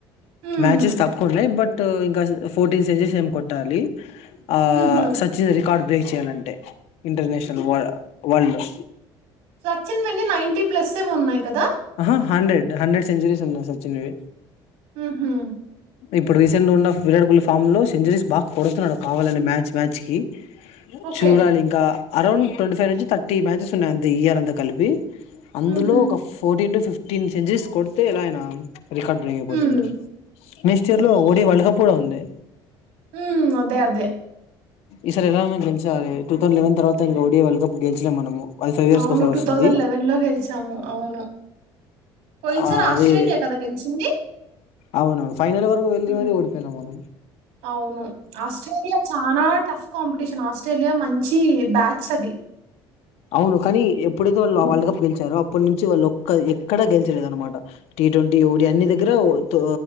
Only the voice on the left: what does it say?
మ్యాచెస్ తక్కువ ఉన్నాయి బట్. ఇంకా ఫోర్టీన్ సెంచరీస్ ఏమో కొట్టాలి. ఆహ్
సచిన్ రికార్డు బేక్. చేయాలంటే ఇంటర్నేషనల్ వర వరల్డ్ వ.
ఆహ్ హండ్రెడ్ హండ్రెడ్ సెంచురీస్ ఉన్నాయి సచిన్వి.
ఇప్పుడు రీసెంట్ గా ఉన్న విరాట్ కోహ్లీ ఫార్మ్ లో సెంచురీస్ బాగా కొడుతున్నాడు కావాలనే మ్యాచ్ మ్యాచ్ కి.
చూడాలి ఇంకా. అరౌండ్ ట్వంటీ ఫైవ్ నుంచి థర్టీ మ్యాచెస్ ఉన్నాయి అంతే ఇయర్ అంతా కలిపి అందులో
ఒక పో. టీన్ టు ఫిఫ్టీన్ సెంచరీస్ కొడితే ఎలానా. రికార్డ్ బ్రేక్ అయిపోతుంది
నెక్స్ట్ ఇయర్ లో ఓడి వరల్డ్ కప్ కూడా ఉంది.
ఈ సారి ఎలైనా గెలిచాలి టూ దౌసెండ్ లెవన్ తర్వాత ఇండియా ఒడి వరల్డ్ కప్ గెలిచినం మనము. అది ఫైవ్ ఇయర్స్
ఒకసారి
వస్తుంది
ఆ
అదే
అవునవును ఫైనల్ వరకు వెళ్లి
మరి ఓడిపోయినా మం.
అవును కానీ. ఎప్పుడైతే వాళ్ళు ఆ వరల్డ్ కప్ గెలిచారో అప్పటి నుంచి వాళ్ళు ఒక్క ఎక్కడ గెలిచలేదు అనమాట టీ ట్వంటీ ఓడీ అన్ని దగ్గ. <unintelligible> తో